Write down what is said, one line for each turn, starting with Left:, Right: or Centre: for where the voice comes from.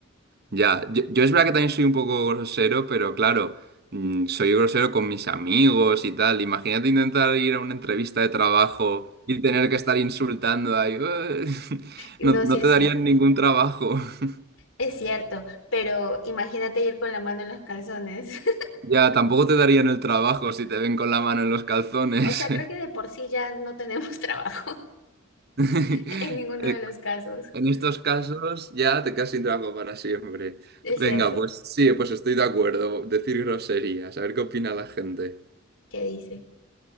Right: Ya, yo, yo es verdad que también soy un poco grosero, pero claro, mm, soy grosero con mis amigos y tal. Imagínate intentar ir a una entrevista de trabajo y tener que estar insultando ahí. "Eh". <laughs>
Left: No,
Right: No, no
Left: sí es
Right: te darían
Left: cierto.
Right: ningún trabajo. <laughs>
Left: Es cierto, pero imagínate ir con la mano en los calzones. <laughs>
Right: Ya, tampoco te darían el trabajo si te ven con la mano en los calzones.
Left: O sea, creo que de por sí ya no tenemos <laughs> trabajo
Right: <laughs>
Left: en ninguno
Right: Eh,
Left: de los casos.
Right: En estos casos ya te quedas sin trabajo para siempre.
Left: Es
Right: Venga,
Left: cierto,
Right: pues sí, pues estoy de acuerdo. Decir groserías, a ver qué opina la gente.
Left: ¿qué dice?